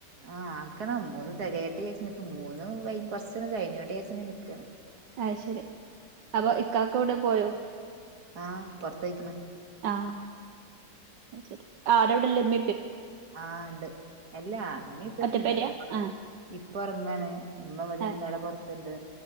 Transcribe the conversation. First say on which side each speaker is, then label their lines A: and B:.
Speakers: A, on the right; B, on the right.
A: ആഹ് ആക്കണം മൂന്ന് തികേട്ടെ വിരിച്ച് മൂന്ന് കുറച്ചൊക്കെകഴിഞ്ഞോട്ട്ച് നിൽക്ക്
B: അശരി അപ്പൊ ഇക്കക്ക കൂടെ പോയോ
A: ആ പുറത്തയ്ക്കണ്
B: ആഹ് ശരി ആരോടെല്ലമ്മ
A: ആഉണ്ട് എല്ലാഉമ്മയുപ്പങുയൊകെ
B: ഒറ്റപ്പെരയാ
A: ഉണ്ട്
B: ആഹ്
A: ഇപ്പൊ ഉറങ്ങാന് ഇമ്മ ഇവിടെ
B: ആഹ്
A: ഇണ്ട് അവിടെ പുൊറത്തണ്ട്